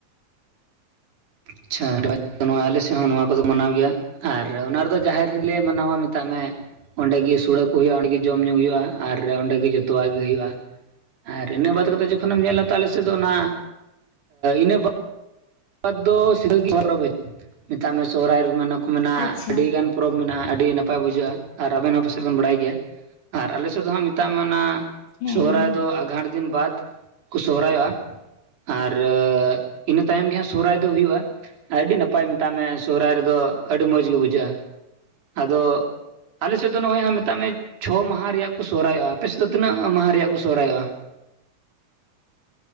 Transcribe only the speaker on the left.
ᱟᱪᱪᱷᱟ
ᱦᱮᱸ
ᱦᱮᱸ